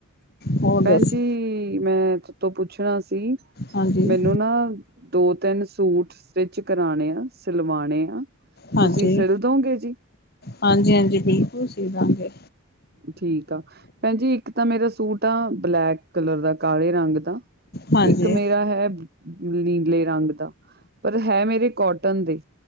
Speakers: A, on the left (about 50°); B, on the right (about 50°).
A: ਹੋ
B: ਭੈਣ
A: ਦੱਸ
B: ਜੀ, ਮੈਂਥੈਤੋਂ ਪੁੱਛਣਾ ਸੀ
A: ਹਾਂਜੀ
B: ਮੈਨੂੰ ਨਾ ਦੋ-ਤਿੰਨ ਸੂਟ ਸਟਿਚ ਕਰਾਣੇ ਆ, ਸਿਲਵਾਣੇ ਆ।
A: ਹਾਂਜੀ,
B: ਤੁਸੀਂ ਸਿਲ ਦੋਗੇ ਜੀ
A: ਹਾਂਜੀ-ਹਾਂਜੀ, ਠੀਕ ਓ ਤੁਸੀ <unintelligible>
B: ਠੀਕ ਆ, ਭੈਣ ਜੀ ਇੱਕ ਤਾਂ ਮੇਰਾ ਸੂਟ ਆ ਬਲੈਕ ਕਲਰ ਦਾ, ਕਾਲੇ ਰੰਗ ਦਾ
A: ਹਾਂਜੀ
B: ਇੱਕ ਮੇਰਾ ਹੈ ਨੀਲੇ ਰੰਗ ਦਾ, ਪਰ ਹੈ ਮੇਰੇ ਕੋਟਨ ਦੇ